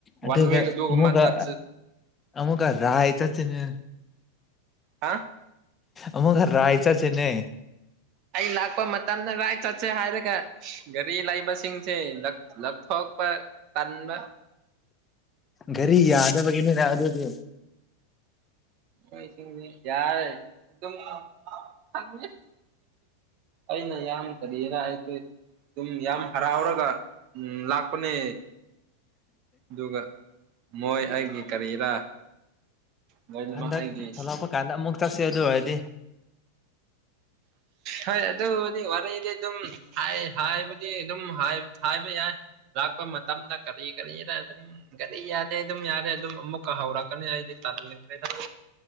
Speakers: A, on the left; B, on the right.
A: ꯑꯗꯨꯒ
B: ꯋꯥꯟ ꯋꯤꯛ ꯑꯗꯨꯒꯨꯝꯕ
A: ꯑꯃꯨꯛꯀ
B: ꯆꯠꯁꯤ
A: ꯑꯃꯨꯛꯀ ꯔꯥꯏ ꯆꯠꯁꯤꯅꯦ
B: ꯍꯥ
A: ꯑꯃꯨꯛꯀ ꯔꯥꯏ ꯆꯠꯁꯤꯅꯦ
B: ꯑꯩ ꯂꯥꯛꯄ ꯃꯇꯝꯗ ꯔꯥꯏꯠ ꯆꯠꯁꯦ ꯍꯥꯏꯔꯒ ꯒꯥꯔꯤ ꯂꯩꯕꯁꯤꯡꯁꯦ ꯂꯛ ꯂꯛ ꯊꯣꯛꯄ ꯇꯟꯕ
A: ꯒꯥꯔꯤ ꯌꯥꯗꯕꯒꯤꯅꯤꯅꯦ ꯑꯗꯨꯗꯤ
B: ꯈꯣꯏꯁꯤꯡꯗꯤ ꯌꯥꯔꯦ ꯑꯗꯨꯝ ꯈꯪꯉꯦ ꯑꯩꯅ ꯌꯥꯝ ꯀꯔꯤꯔ ꯑꯩꯁꯤ ꯑꯗꯨꯝ ꯌꯥꯝ ꯍꯔꯥꯎꯔꯒ ꯎꯝ ꯂꯥꯛꯄꯅꯦ ꯑꯗꯨꯒ ꯃꯣꯏ ꯑꯩꯒꯤ ꯀꯔꯤꯔ ꯂꯣꯏꯅꯃꯛ
A: ꯍꯟꯗꯛ
B: ꯑꯩꯒꯤ
A: ꯊꯣꯛꯂꯛꯄ ꯀꯥꯟꯗ ꯑꯃꯨꯛ ꯆꯠꯁꯦ ꯑꯗꯨ ꯑꯣꯏꯔꯗꯤ
B: ꯍꯣꯏ ꯑꯗꯨꯕꯨꯗꯤ ꯋꯥꯔꯤꯗꯤ ꯑꯗꯨꯝ ꯍꯥꯏ ꯍꯥꯏꯕꯨꯗꯤ ꯑꯗꯨꯝ ꯍꯥꯏ ꯍꯥꯏꯕ ꯌꯥꯏ ꯂꯥꯛꯄ ꯃꯇꯝꯗ ꯀꯔꯤ ꯀꯔꯤꯔ ꯑꯗꯨꯝ ꯒꯥꯔꯤ ꯌꯥꯗꯦ ꯑꯗꯨꯝ ꯌꯥꯔꯦ ꯑꯗꯨꯝ ꯑꯃꯨꯛꯀ ꯍꯧꯔꯛꯀꯅꯤ ꯑꯩꯗꯤ ꯇꯜꯈ꯭ꯔꯦꯗ